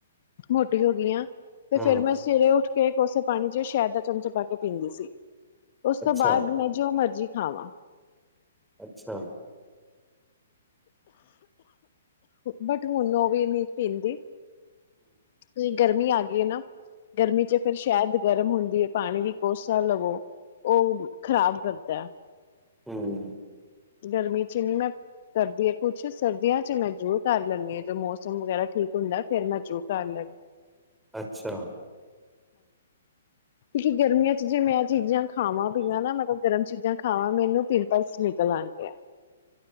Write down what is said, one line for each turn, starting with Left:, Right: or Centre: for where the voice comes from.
Left: ਮੋਟੀ ਹੋ ਗਈ ਹਾਂ ਤੇ
Centre: ਹਾਂ
Left: ਫੇਰ ਮੈਂ ਸਵੇਰੇ ਉੱਠ ਕੇ ਕੋਸੇ ਪਾਣੀ ਚ ਸ਼ਹਿਦ ਚਮਚੇ ਪਾ ਕੇ ਪੀਂਦੀ ਸੀ ਉਸ
Centre: ਅੱਛਾ
Left: ਤੋਂ ਬਾਅਦ ਮੈਂ ਜੋ ਮਰਜ਼ ਜੀ ਖਾਵਾਂ
Centre: ਅੱਛਾ
Left: ਬਟ ਹੁਣ ਉਹ ਵੀ ਨਹੀਂ ਪੀਂਦੀ ਫੇਰ ਗਰਮੀ ਆ ਗਈ ਨਾ ਗਰਮੀ ਚ ਫ਼ਿਰ ਸ਼ਾਇਦ ਗਰਮ ਹੁੰਦੀ ਹੈ ਪਾਣੀ ਵੀ ਕੋਸਾ ਲਵੋ ਉਹ ਖ਼ਰਾਬ ਕਰ <unintelligible>
Centre: ਹਮ
Left: ਗਰਮੀ ਚ ਨਹੀਂ ਮੈਂ ਕਰਦੀ ਕੁਛ ਸਰਦੀਆਂ ਚ ਮੈਂ ਜ਼ਰੂਰ ਕਰ ਲੈਂਦੀ ਹਾਂ ਜਦੋਂ ਮੌਸਮ ਵਗੈਰਾ ਠੀਕ ਹੁੰਦਾ ਫਿਰ ਮੈਂ ਜਰੂਰ ਕਰ ਲੈਂਦੀ
Centre: ਅੱਛਾ
Left: ਕਿਉਕਿ ਗਰਮੀਆਂ ਚ ਜੇ ਮੈਂ ਚੀਜ਼ਾਂ ਖਾਵਾਂ ਪੀਵਾ ਨਾ ਮਤਲਬ ਗਰਮ ਚੀਜ਼ਾਂ ਖਾਵਾਂ ਮੈਨੂੰ ਪਿੰਪਲਸ ਨਿਕਲ ਆਂਦੇ